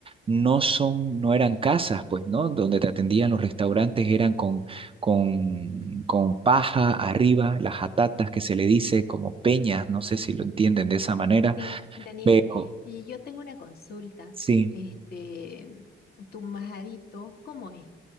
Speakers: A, on the right; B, on the left.
A: no son, no eran casas, pues, ¿no? Donde te atendían los restaurantes eran con, con, con paja arriba, las jatatas que se le dice como peñas, no sé si lo entienden de esa manera,
B: Sí, Daniel,
A: pero...
B: y yo tengo una consulta.
A: Sí,
B: Este, tu majadito, ¿cómo es?